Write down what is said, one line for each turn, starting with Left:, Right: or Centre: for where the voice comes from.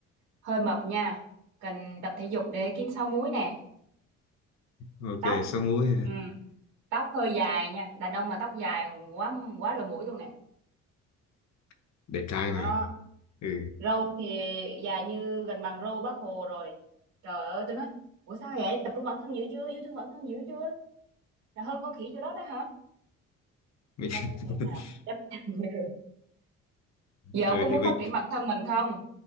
Right: hơi mập nha cần tập thể dục để kiếm sáu múi nè
Left: ok,
Right: tóc
Left: sáu mũi
Right: ừ, tóc hơi dài nha đàn ông mà tóc dài quá quá lỗ mũi luôn nè
Left: <laughs> Đẹp trai mà.
Right: đó
Left: Ừ.
Right: râu thì dài như gần bằng râu bác Hồ rồi trời ơi tôi nói ủa sao vậy tập trung bản thân dữ chưa yêu thương bản thân dữ chưa là hơn con khỉ chỗ đó đó hả
Left: Mấy-
Right: không thể nào
Left: <laughs>
Right: chấp nhận được giờ
Left: ừ
Right: ông có muốn
Left: thì, bây-
Right: phát triển bản thân mình không